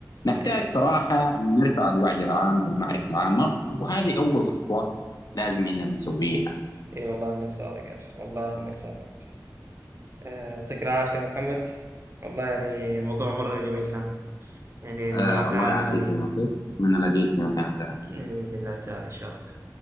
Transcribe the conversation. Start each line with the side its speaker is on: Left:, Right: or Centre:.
Left: نحتاج
Right: أي
Left: صراحة نرفع الوعي العام والمعرفة العامة وهذه أول خطوة لازم إننا نسويها
Right: أي والله إنك صادق يا أخي والله إنك صادق آه، يعطيك العافية يا محمد والله يعني موضوع مرة جميل كان يعني المعلومات
Left: آه الله
Right: العامة
Left: يعافيك
Right: هذه
Left: يا مطيف أتمنى ألاقيك في مكان ثاني
Right: يعني بإذن الله تعالى إن شاء الله